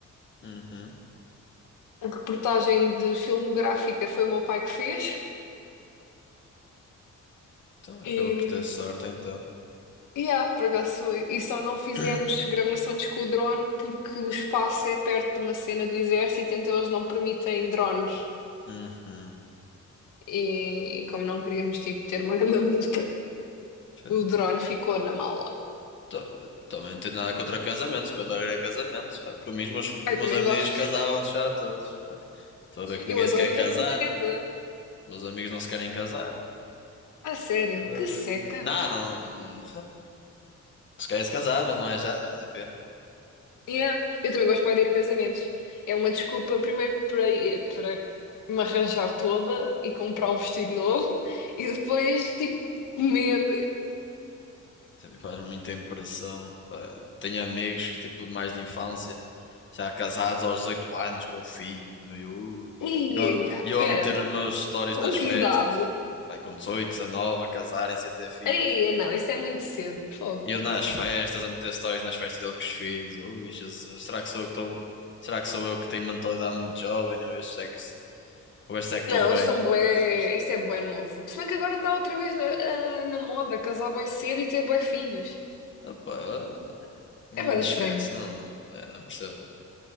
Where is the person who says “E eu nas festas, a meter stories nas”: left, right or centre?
Left